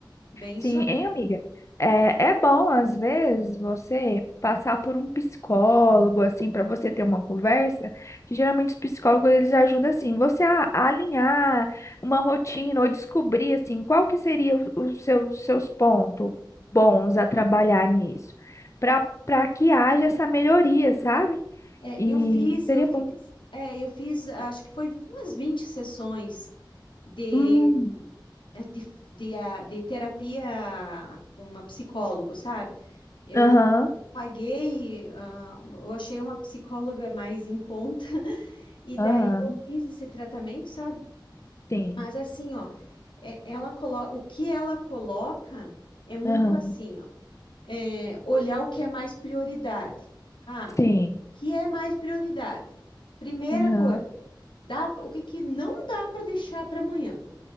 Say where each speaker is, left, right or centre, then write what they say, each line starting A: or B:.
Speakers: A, on the left; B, on the left.
A: Bem
B: Sim,
A: isso aí.
B: hein, amiga? É, é bom, às vezes, você passar por um psicólogo, assim, para você ter uma conversa, que geralmente os psicólogos, eles ajudam, assim, você a, a alinhar uma rotina ou descobrir, assim, qual que seria o- os seus, seus pontos bons a trabalhar nisso, para para que haja essa melhoria, sabe?
A: É,
B: E
A: eu fiz,
B: seria
A: eu fiz,
B: bom.
A: é, eu fiz, acho que foi umas 20 sessões de,
B: Hum,
A: é, de, de, ah, de terapia com uma psicóloga, sabe? Eu
B: aham,
A: eu paguei, ah, eu achei uma psicóloga mais em conta, <laughs> e
B: aham,
A: daí eu fiz esse tratamento, sabe?
B: sim,
A: Mas assim, ó, é- ela colo... o que ela coloca é muito
B: aham,
A: assim, ó. é, olhar o que é mais prioridade. Ah,
B: sim,
A: o que é mais prioridade? Primeira
B: aham,
A: coisa, dá, o que, que não dá para deixar para amanhã.